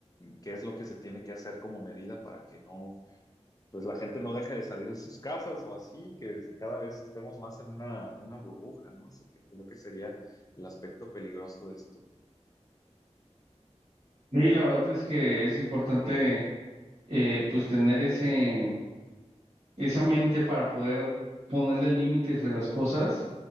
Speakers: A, on the left; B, on the right.
A: qué es lo que se tiene que hacer como medida para que no pues la gente no deje de salir de sus casas o así, que cada vez estemos más en una, una burbuja, ¿no? Eso que- creo que sería el aspecto peligroso de esto.
B: Y la verdad es que es importante, eh,
A: Ujú.
B: pues, tener ese... esa mente para poder ponerle límites a las cosas